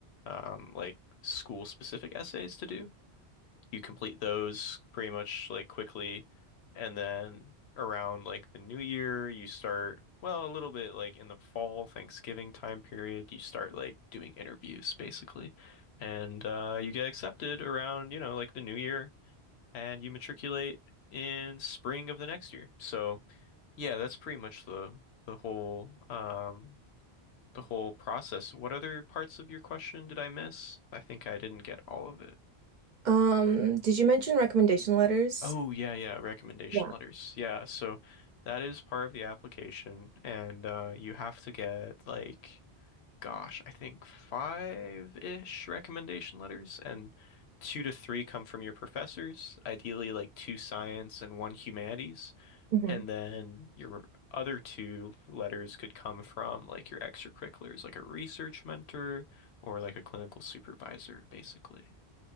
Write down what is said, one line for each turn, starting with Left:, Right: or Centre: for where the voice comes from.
Left: um, like school-specific essays to do you complete those pretty much like quickly. And then around like the new year, you start, well, a little bit like in the fall, Thanksgiving time period, you start like doing interviews basically. And uh, you get accepted around, you know, like the new year and you matriculate in spring of the next year. So yeah, that's pretty much the the whole um the whole process. What other parts of your question did I miss? I think I didn't get all of it.
Right: Um, did you mention recommendation letters?
Left: Oh yeah, yeah, recommendation
Right: Yeah.
Left: letters. Yeah, so that is part of the application and uh you have to get like gosh, I think five-ish recommendation letters and two to three come from your professors, ideally like two science and one humanities,
Right: hmm
Left: and then your other two letters could come from like your extracurriculars, like a research mentor or like a clinical supervisor, basically.